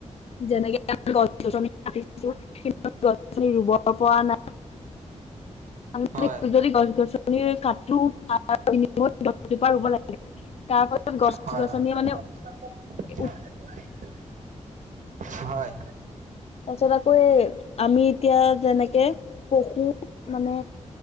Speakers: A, on the left; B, on the right.
A: যেনেকে <unintelligible> গছি ৰুব পৰা নাই আমি
B: হয়
A: যদি গছ গছনি <unintelligible> <unintelligible> গছজোপা ৰুব লাগে, তাৰপিছত গছ
B: হয়
A: গছনিয়ে
B: হয়
A: মানে
B: <inaudible>
A: তাৰপিছত
B: হয়
A: তাৰপিছত আকৌ এই আমি এতিয়া যেনেকে পশু মানে